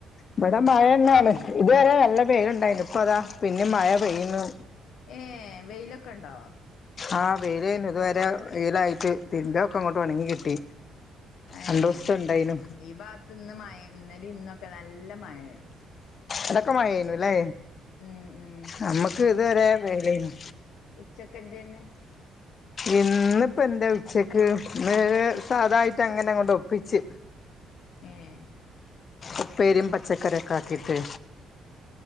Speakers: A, on the left; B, on the left.
A: ഇവിടെ മഴ എന്നാണ് ഇതുവരെ നല്ല പേരുണ്ടായിരുന്നു ഇപ്പ അതാ പിന്നെ മഴ പെയ്യുന്നു
B: ഏഹ് വെയിലൊക്കെണ്ടോ
A: ആഹ് വെയിലായിരുന്നു ഇതുവരെ വെയിലായിട്ട് തിരുമ്പൊക്കെ അങ്ങോട്ട് ഉണങ്ങി കിട്ടി
B: ഏഹ്
A: രണ്ടവസത്തെ ഉണ്ടായിനും
B: ഈ ഭാഗത്ത് ഇന്ന് മഴ ഇന്നലിം ഇന്നൊക്കെ നല്ല മഴയാണ്
A: ഇതൊക്കെ മഴയനുല്ലേ
B: ഉം ഉം
A: നമ്മുക്ക് ഇത്വരെ വെയ്ലെന്നു
B: ഉച്ചക്കന്തെന്ന്
A: ഇന്നിപ്പ എൻ്റെ ഉച്ചക്ക് വ സാദായിട്ട് അങ്ങനെ അങ്ങോട്ട ഒപ്പിച്ച്
B: ഏഹ്
A: ഉപ്പേരും പച്ചക്കറിയൊക്കെ ആക്കിയിട്ട്